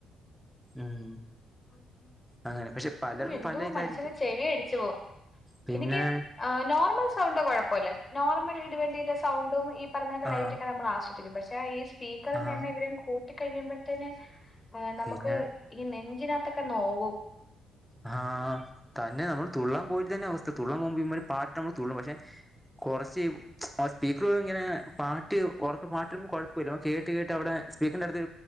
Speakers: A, in the centre; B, on the left.
A: ഉം
B: <inaudible>
A: അങ്ങനെ പക്ഷെ പലർക്കും
B: ഓ എന്തോ
A: പല ഇതായിരിക്കും
B: മനുഷ്യനെ ചെവിയടിച്ചു പോവും
A: പിന്നെ
B: എനിക്ക് ആ നോർമൽ സൗണ്ട് കൊഴ പ്പല്ല നോർമൽ ഇടി വണ്ടിയിലെ സൗണ്ടും ഇ പ്പറഞൊക്കെ
A: ആഹ്
B: ലൈറ്റൊക്കെ നമ്മൾ ആസ്വ ദിക്കും പക്ഷേ ഈ സ് പീക്കറിന്റെ
A: ആഹ്
B: എണ്ണം ഇവരങ്ങ് കൂ ട്ടി കഴിയുമ്പഴ്ത്തേനെ നമുക്ക്
A: പിന്നെ
B: ഈ നെഞ്ച് ഇതിനകത്തൊക്കെ നോവും
A: ആ തന്നെ നമ്മൾ തുള്ളാം പോയിട്ട് തന്നെ അവസ്ഥ തുള്ളാൻ പോവുമ്പ ഇമ്മാരി പാ നമ്മള് തുള്ളു പക്ഷെ കൊറച്ച് സ്പീക്കറ് ഇങ്ങനെ പാ ട്ടു ഒറക്കെ പാട്ടും കൊഴപ്പില്ല കേട്ട് കേട്ട് അവടെ സ്പീക്കറിന്റ അടുത്ത്